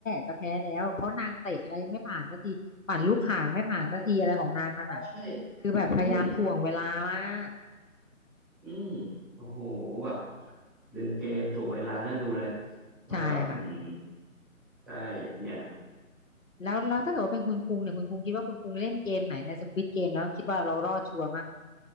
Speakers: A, on the left (about 65°); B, in the centre.
A: จะแพ้แล้วเพราะนางเตะอะไรไม่ผ่านสักทีปั่นลูกข่างไม่ผ่านสักทีอะไรของนางนั่นอ่ะ
B: ใช่อ๋อใช่
A: คือแบบพยายามถ่วงเวลามาก
B: อืมอืมโอ้โหแบบดึงเกมถูกเวลาน่าดูเลยเขาแบบอืม
A: ใช่ค่ะ
B: ใช่เนี่ย
A: แล้วแล้วถ้าเกิดว่าเป็นคุณคุงเนี่ยคุณคุงคิดว่าคุณคุงเล่นเกมไหนในสควิดเกมแล้วคิดว่าเรารอดชัวร์มั่ง